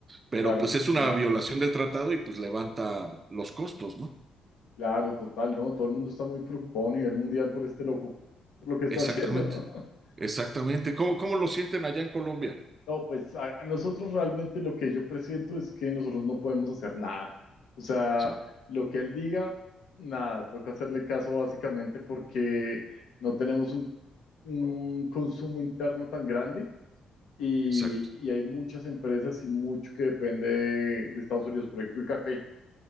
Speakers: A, on the right; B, on the left.
A: Pero
B: claro,
A: pues es una
B: claro,
A: violación del tratado y pues levanta los costos, ¿no?
B: claro, total, ¿no? Todo el mundo está muy preocupado a nivel mundial por este loco, por lo que está
A: Exactamente,
B: haciendo. <laughs>
A: exactamente. ¿Cómo, cómo lo sienten allá en Colombia?
B: No, pues a, a nosotros realmente lo que yo presiento es que nosotros no podemos hacer nada. O sea,
A: Sí,
B: lo que él diga, nada, toca hacerle caso básicamente porque no tenemos un, un consumo interno tan grande y,
A: exacto,
B: y hay muchas empresas y mucho que depende de, de Estados Unidos. Por ejemplo, el café.